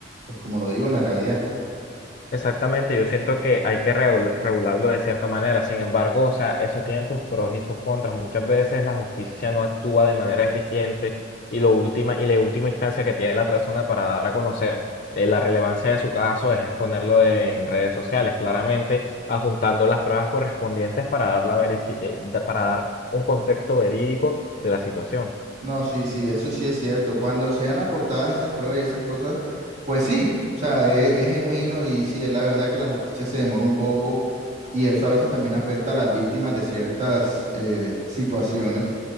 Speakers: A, on the right; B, on the left.
A: pues como lo digo, en la realidad.
B: Exactamente, yo siento que hay que regul- regularlo de cierta manera, sin embargo, o sea, eso tiene sus pros y sus contras. Muchas veces la justicia no actúa de manera eficiente y, lo última, y la última instancia que tiene la persona para dar a conocer eh, la relevancia de su caso es exponerlo de- en redes sociales, claramente adjuntando las pruebas correspondientes para dar, la verici- eh, da- para dar un contexto verídico de la situación.
A: No, sí, sí, eso sí es cierto. Cuando sean aportadas esas pruebas y esas cosas, pues sí, o sea, es, es genuino y sí, es la verdad que la justicia se demora un poco y eso a veces también afecta a las víctimas de ciertas eh, situaciones.